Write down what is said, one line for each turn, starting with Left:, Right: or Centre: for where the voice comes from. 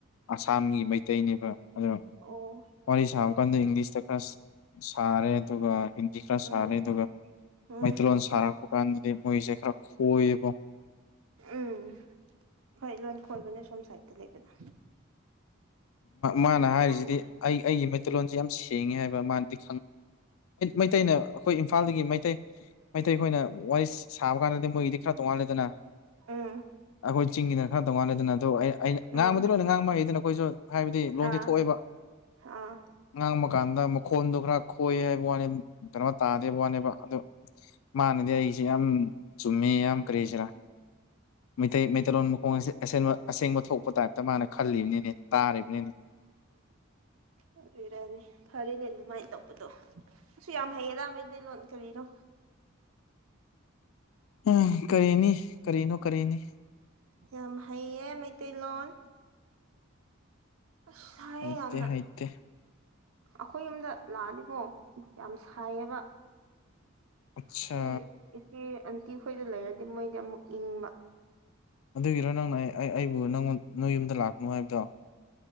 Left: ꯑꯁꯥꯝꯒꯤ ꯃꯩꯇꯩꯅꯦꯕ ꯑꯗꯣ
Right: ꯑꯣ
Left: ꯋꯥꯔꯤ ꯁꯥꯕ ꯀꯥꯟꯗ ꯏꯪꯂꯤꯁꯇ ꯈꯔ ꯁꯥꯔꯦ ꯑꯗꯨꯒ ꯍꯤꯟꯗꯤ ꯈꯔ
Right: ꯎꯝ
Left: ꯁꯥꯔ ꯑꯗꯨꯒ
Right: ꯎꯝ
Left: ꯃꯩꯇꯩꯂꯣꯟ ꯁꯥꯔꯛꯄ ꯀꯥꯟꯗꯗꯤ ꯈꯣꯏꯕ
Right: ꯎꯝ ꯍꯣꯏ ꯂꯣꯟ ꯈꯣꯏꯕꯅ ꯁꯣꯝ ꯁꯥꯏꯗꯠꯇ ꯂꯩꯕꯅ
Left: ꯃꯥꯅ
Right: ꯑꯁꯥꯝꯅ
Left: ꯍꯥꯏꯔꯤꯁꯤꯗꯤ ꯑꯩ ꯑꯩꯒꯤ ꯃꯩꯇꯩꯂꯣꯟꯁꯤ ꯌꯥꯝ ꯁꯦꯡꯉꯦ ꯍꯥꯏꯕ ꯃꯥꯅꯗꯤ ꯃꯩꯇꯩꯅ ꯑꯩꯈꯣꯏ ꯏꯝꯐꯥꯜꯗꯒꯤ ꯃꯩꯇꯩ ꯃꯩꯇꯩꯈꯣꯏꯅ ꯋꯥꯔꯤ ꯁꯥꯕ ꯀꯥꯟꯗꯗꯤ ꯃꯣꯏꯒꯤꯗꯤ ꯈꯔ ꯇꯣꯡꯉ ꯂꯦꯗꯅ
Right: ꯎ
Left: ꯑꯩꯈꯣꯏ ꯆꯤꯡꯒꯤꯗꯅ ꯈꯔ ꯇꯧꯉꯥꯟꯜꯂꯦꯗꯅ ꯑꯗꯨ ꯑꯩꯅ ꯉꯥꯡꯕꯗꯤ
Right: ꯎꯝ
Left: ꯂꯣꯏꯅ ꯉꯥꯡꯕ ꯍꯩ ꯑꯗꯨꯅ ꯑꯩꯈꯣꯏꯁꯨ ꯍꯥꯏꯕꯗꯤ ꯂꯣꯟꯗꯤ
Right: ꯑꯥ
Left: ꯊꯣꯛꯑꯦꯕ
Right: ꯑꯥ
Left: ꯉꯥꯡꯕ ꯀꯥꯟꯗ ꯃꯈꯣꯟꯗꯣ ꯈꯔ ꯈꯣꯏ ꯍꯥꯏꯕ ꯋꯥꯅꯤ ꯀꯩꯅꯣ ꯇꯥꯗꯦꯕ ꯋꯥꯅꯦꯕ ꯑꯗꯣ ꯃꯥꯅꯗꯤ ꯑꯩꯁꯦ ꯌꯥꯝ ꯆꯨꯝꯃꯦ ꯌꯥꯝ ꯀ꯭ꯔꯦꯁꯤꯔꯥ ꯃꯩꯇꯩꯩ ꯇꯦꯔꯣꯟ ꯃꯈꯣꯡ ꯑꯁꯤ ꯑꯁꯕ ꯑꯁꯦꯡꯕ ꯊꯣꯛꯄ ꯇꯥꯏꯞꯇ ꯃꯥꯅ ꯈꯜꯂꯤꯕꯅꯤꯅꯦ ꯇꯥꯔꯤꯕꯅꯤꯅꯦ
Right: ꯑꯣꯏꯔꯅꯤ ꯐꯔꯦꯅꯦ ꯑꯗꯨꯃꯥꯏꯅ ꯇꯧꯕꯗꯣ ꯁꯁꯨ ꯌꯥꯝ ꯍꯩꯌꯦꯗ ꯃꯗꯤ ꯂꯣ ꯀꯕꯤꯔꯣ
Left: ꯎ ꯀꯔꯤꯅꯤ ꯀꯔꯤꯅꯣ ꯀꯔꯤꯅꯤ
Right: ꯌꯥꯝ ꯍꯩꯌꯦ ꯃꯩꯇꯩꯂꯣꯟ ꯑꯁꯌꯦ
Left: ꯍꯩꯇꯦ
Right: ꯌꯥꯝꯅ
Left: ꯍꯩꯇꯦ
Right: ꯑꯩꯈꯣꯏ ꯌꯨꯝꯗ ꯂꯥꯛꯑꯅꯤꯕꯣ ꯌꯥꯝ ꯁꯥꯏꯌꯦꯕ
Left: ꯑꯠꯁꯥ
Right: ꯁꯤ ꯏꯆꯦ ꯑꯟꯇꯤ ꯈꯣꯏꯗ ꯂꯩꯔꯗꯤ ꯃꯣꯏꯗꯤ ꯑꯃꯨꯛ ꯏꯪꯕ
Left: ꯑꯗꯨꯒꯤꯔꯣ ꯅꯪꯅ ꯑꯩꯕꯨ ꯅꯪꯉꯣꯟ ꯅꯣꯏ ꯌꯨꯝꯗ ꯂꯥꯛꯄꯅꯣ ꯍꯥꯏꯕꯗꯣ